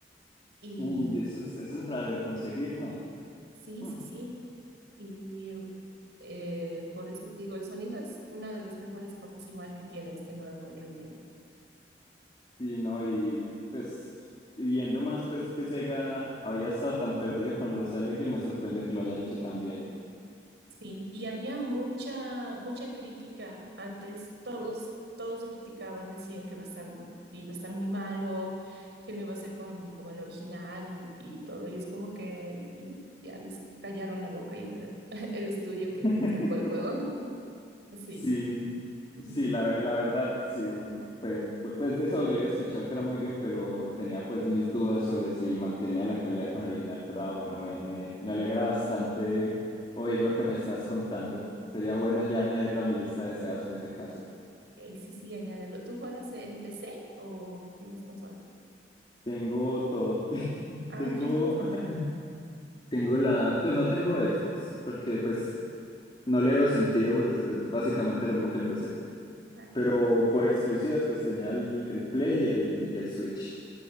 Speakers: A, on the right (about 75°); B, on the left (about 30°).
A: Y
B: Uy, eso es, eso es raro de conseguir, ¿no?
A: sí,
B: Hmm.
A: sí, sí. y Eh, por eso te digo, el sonido es una de las mejores cosas igual que tiene este nuevo remake.
B: Sí, no, y pues y viendo más pues que Sega había estado tan perdido con los Silent Hill, me sorprende que lo hayan hecho tan bien.
A: Sí, y había mucha, mucha crítica antes. Todos, todos lo criticaban, decían que iba a estar, que iba a estar muy malo, que no iba a ser como, como el original y todo. Y es como que y ya les callaron la boca, yo creo, <laughs> el estudio que,
B: <laughs>
A: que sacó el juego. <laughs> Sí.
B: Sí,
A: Ujú.
B: Sí, la, la verdad, sí, pues fue- pues de eso yo había escuchado que era muy bien, pero tenía pues mis dudas sobre si mantenía la calidad con el original, pero ah, bueno, me, me, me alegra bastante oír lo que me estás contando. Sería bueno ya añadirlo a mi lista de deseados en ese caso.
A: Y sí, sí, añádelo. ¿Tú juegas en PC o tienes consola?
B: Tengo todo. <laughs>
A: Ah,
B: Tengo,
A: ok, <laughs> ya está,
B: <clears throat> tengo la, pues no tengo Xbox, porque pues no le veo sentido, porque es es básicamente lo mismo que el PC.
A: claro.
B: Pero por exclusivas, pues tenía el, el Play y el, y el Switch.